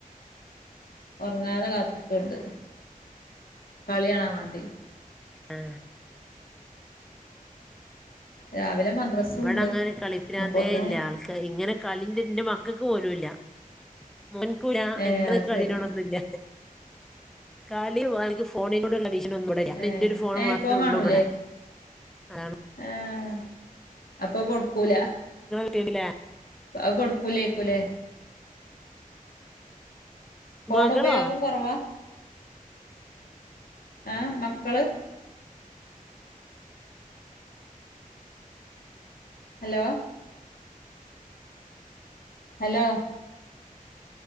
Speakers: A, on the left; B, in the centre.
A: ഉറങ്ങാതെ കാത്ത് നിക്കണുണ്ട് കളിയണാ വണ്ടി
B: ആഹ
A: രാവിലെ മദ്രസും
B: ഇവിടെ
A: ഉണ്ട്
B: അങ്ങെ കളിപ്പിനാന്തേ
A: അപ്പോത്തിന്
B: ഇല്ല ആൾക്ക് ഇങ്ങനെ കളിന്റെന്റെ മക്ക ക്കക്ക് പോലൂല്ല മോൻകൂട
A: ഏഹ്
B: എന്തൊക്ക
A: അത്
B: കളിനോടൊ
A: ശരി
B: ഒന്നുംല്ല കാലിക്ക് ഫോണിന കൂടെള്ളഭ ാര എറ
A: ഏഹ്
B: ഒരു ഫോണ്
A: ഏഹ്
B: മാത്രമേ
A: ഫോൺ കാണൂലേ
B: ഉള്ളൂ ഇവിടെ അതാണ്
A: ഏഹ് അപ്പൊ കൊടുക്കൂല
B: സിംലെ
A: അകോട കുലേ കുലേ ഫോൺ
B: മകളോ
A: ഉപയോഗം കുറവാ ആഹ മക്കള് ഹലോ ഹലോ